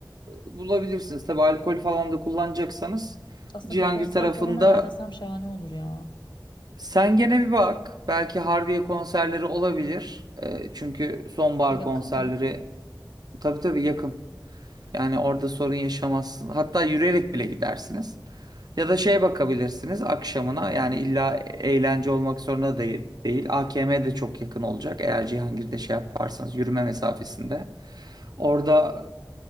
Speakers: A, on the right (about 55°); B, on the left (about 80°).
A: e, bulabilirsiniz. Tabii alkol falan da kullanacaksanız
B: Aslında
A: Cihangir
B: bir konser
A: tarafında
B: falan ayarlasam şahane olur ya.
A: Sen gene bir bak. Belki Harbiye konserleri olabilir. Ee, çünkü sonbahar
B: Yakın
A: konserleri
B: mı?
A: tabii tabii yakın. Yani orada sorun yaşamazsın. Hatta yürüyerek bile gidersiniz. Ya da şeye bakabilirsiniz akşamına. Yani illa eğlence olmak zorunda değil. değil. AKM de çok yakın olacak. Eğer Cihangir'de şey yaparsanız yürüme mesafesinde. Orada